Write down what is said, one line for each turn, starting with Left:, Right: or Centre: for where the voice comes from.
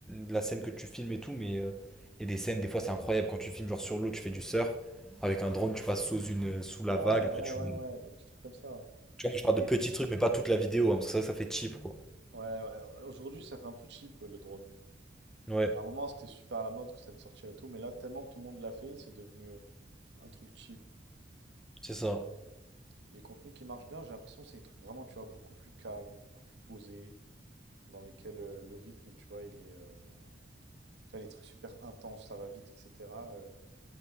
Centre: la scène que tu filmes et tout. Mais euh, il y a des scènes, des fois, c'est incroyable quand tu filmes genre sur l'eau, tu fais du surf avec un drone, tu passes sous une, sous la
Right: Ouais,
Centre: vague.
Right: Ah,
Centre: Après,
Right: ouais,
Centre: tu.
Right: ouais, ouais, des petits trucs comme ça.
Centre: Je
Right: mais-
Centre: parle de petits trucs, mais pas toute la vidéo, hein, parce que ça, ça fait cheap, quoi.
Right: Ouais, ouais, aujourd'hui ça fait un peu cheap euh, le drone.
Centre: Ouais,
Right: À un moment c'était super à la mode quand ça allait sortir et tout, mais là tellement tout le monde l'a fait, c'est devenu euh, un truc cheap.
Centre: c'est ça.
Right: Les contenus qui marchent bien, j'ai l'impression c'est des trucs vraiment, tu vois, beaucoup plus calmes, beaucoup plus posés, dans lesquels euh, le rythme, tu vois, il est... euh, Tu vois, les trucs super intenses, ça va vite, etc.